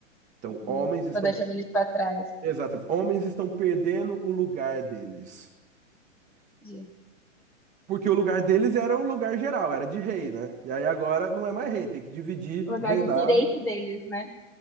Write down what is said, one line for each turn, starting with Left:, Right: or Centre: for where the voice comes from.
Right: Então,
Centre: Uhum.
Right: homens estão,
Centre: Tô deixando eles pra trás.
Right: exatamente, homens estão perdendo o lugar deles.
Centre: De-
Right: Porque o lugar deles era o lugar geral, era de rei, né? E aí agora não é mais
Centre: Hum.
Right: rei, tem que dividir
Centre: O Lugar
Right: o reinado.
Centre: de direito deles, né?